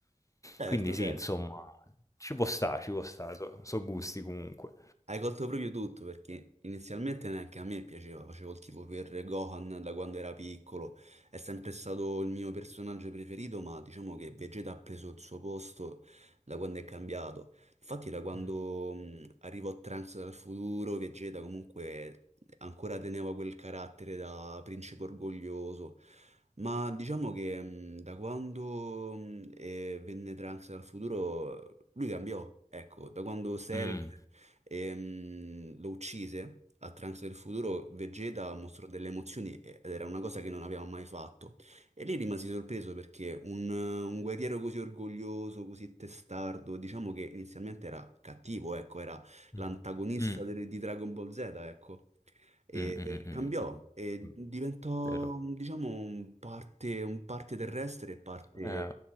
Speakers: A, on the right; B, on the left.
A: Certo,
B: Quindi sì,
A: certo.
B: insomma, ci può stare, ci può stare, sono gusti comunque.
A: Hai colto proprio tutto perché inizialmente neanche a me piaceva, facevo il tifo per Gohan da quando era piccolo, è sempre stato il mio personaggio preferito, ma diciamo che Vegeta ha preso il suo posto da quando è cambiato. Infatti da quando
B: Mh,
A: mh, arrivò Trunks dal futuro, Vegeta comunque ancora teneva quel carattere da principe orgoglioso, ma diciamo che mh, da quando mh, eh, venne Trunks dal futuro lui cambiò, ecco, da quando Cell...
B: mh, mh,
A: Ehm, lo uccise. A Trunks del futuro Vegeta mostrò delle emozioni ed era una cosa che non aveva mai fatto. E lì rimasi sorpreso perché un, un guerriero così orgoglioso, così testardo, diciamo che inizialmente era cattivo, ecco, era
B: mh,
A: l'antagonista
B: mh,
A: del- di Dragon Ball Z, ecco. E
B: mh, mh,
A: e
B: mh,
A: cambiò
B: mh,
A: e
B: mh,
A: diventò,
B: vero.
A: diciamo, un parte, un parte terrestre e parte,
B: Eh, un